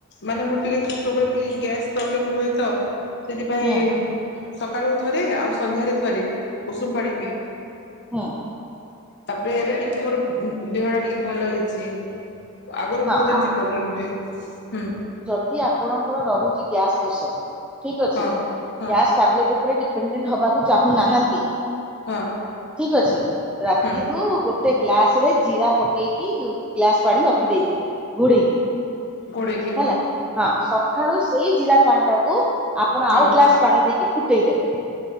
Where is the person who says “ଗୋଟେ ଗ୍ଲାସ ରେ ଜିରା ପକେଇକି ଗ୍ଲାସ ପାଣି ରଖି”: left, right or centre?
Centre